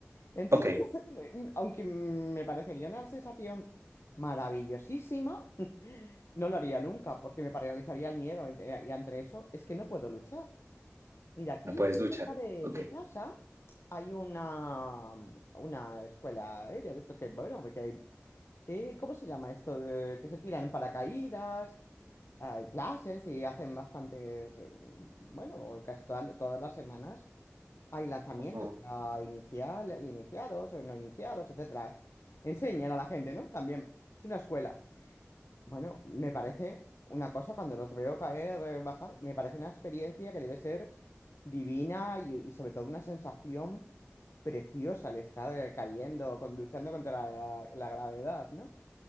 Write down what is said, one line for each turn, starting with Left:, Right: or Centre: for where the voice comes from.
Left: Entonces,
Right: ok,
Left: <laughs> aunque me parecería una sensación maravillosísima, <laughs> no lo haría nunca porque me paralizaría el miedo y eh, y entre eso es que no puedo luchar. Mira, aquí
Right: la puedes luchar.
Left: cerca de,
Right: Ok,
Left: de casa hay una, una escuela aérea de esto que, bueno, que hay, eh, ¿cómo se llama esto? De- que se tiran en paracaídas, hay clases y hacen bastantes, eh, bueno, casi todas, todas las semanas. Hay lanzamientos
Right: ujú,
Left: para inicial, iniciados, no iniciados, etcétera. Enseñan a la gente, ¿no? También. Es una escuela. Bueno, me parece una cosa, cuando los veo caer, eh, bajar, me parece una experiencia que debe ser divina y, y sobre todo una sensación preciosa el estar eh, cayendo, con, luchando contra la, la gravedad, ¿no?